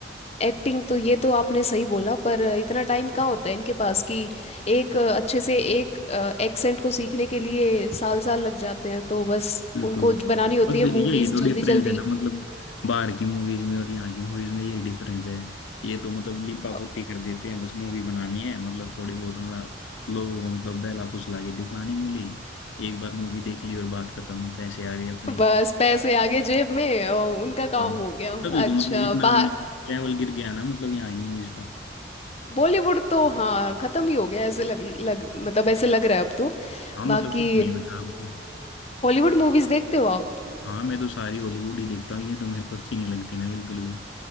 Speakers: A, on the left (about 35°); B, on the left (about 85°).
A: एक्टिंग तो ये तो आपने सही बोला पर इतना टाइम कहाँ होता है इनके पास कि एक अ, अच्छे से एक एक्सेंट को सीखने के लिए साल साल लग जाते हैं तो बस
B: बिल्कुल
A: उनको ज- बनानी होती
B: बस
A: है
B: यही
A: मूवीज
B: तो
A: जल्दी
B: डिफरेंस
A: जल्दी
B: है ना मतलब बाहर की मूवीज में और यहाँ की मूवीज में यही डिफरेंस है ये तो मतलब लिपा
A: ब-
B: पोती कर देते हैं बस मूवी बनानी है मतलब थोड़ी बहुत मतलब लोगों को मतलब बहला फुसला के दिखलानी मूली एक बार मूवी देख ली और बात खत्म पैसे आ गए अपने
A: बस पैसे आगे जेब में और उनका काम
B: हाँ
A: हो गया
B: तभी
A: अच्छा
B: तो मतलब इतना
A: बाहर
B: मतलब लेवल गिर गया ना मतलब यहाँ की मूवीज का
A: बॉलीवुड तो हाँ खत्म ही हो गया ऐसे लग लग मतलब ऐसे लग रहा है अब तो
B: हाँ
A: बाकी
B: मतलब कुछ नहीं बचा अब तो
A: हॉलीवुड मूवीज देखते हो आप
B: हाँ मैं तो सारी हॉलीवुड ही देखता हूँ ये तो मेरे को अच्छी नहीं लगती ना बिल्कुल भी